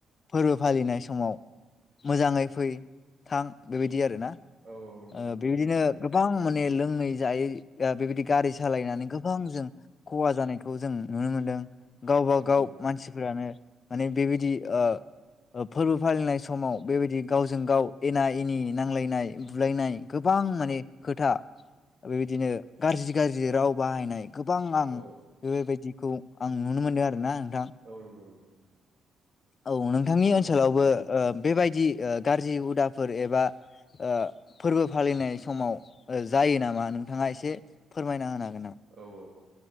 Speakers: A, on the left; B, on the right.
A: फोरबो फालिनाय समाव मोजाङै फै थां बेबायदि आरोना।
B: औ औ नंगौ
A: ओ
B: नंगौ।
A: बेबायदिनो गोबां माने लोङै जायै ओ बेबायदि गारि सालायनानै गोबां जों खहा जानायखौ जों नुनो मोन्दों। गावबा
B: औ
A: गाव
B: नंगौ
A: मानसिफोरानो। माने बेबायदि ओ ओ फोरबो फालिनाय समाव बेबायदि गावजों गाव एना एनि नांलायनाय बुलायनाय। गोबां माने खोथा बेबायदिनो गारजि गारजि राव बाहायनाय। गोबां आं
B: औ
A: बेबायदिखौ। आं नुनो मोनदो आरो ना।
B: औ नंगौ नंगौ <inaudible>
A: औ नोंथांनि ओनसोलावबो
B: औ
A: ओ बेबायदि गाज्रि हुदाफोर एबा ओ फोरबो फालिनाय समाव जायो नामा नोंथाङा एसे फोरमायना होना
B: औ औ औ